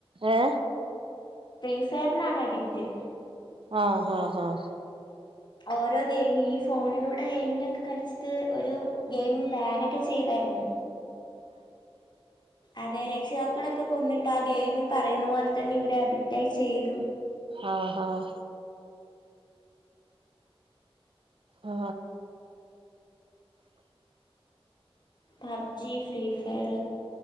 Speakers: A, on the right (about 60°); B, on the left (about 45°).
A: ഏ
B: ഫീ ഫയർനാണ് അഡക്റ്റ്
A: ആഹ് ആഹ് ആഹ്
B: ഓരോ ഗെയിം ഈ ഫോണിന് ഇവിടെ ഗെയിമിലൊക്കെ കളിച്ചിട്ട് ഒരു ഗെയിം ബാനൊക്കെ ചെയ്തായിരുന്നു അതെ രക്ഷിതാ ക്കളൊക്കെ കൊന്നിട്ട് ആ ഗെയിമിൽ പറയുന്ന പോലെ തന്നെ ഇവരെ അഡിക്റ്റായി ചെയ്തു
A: ആഹ് ആഹ് ആ
B: പബ് ജി ഫ്രീ ഫയർ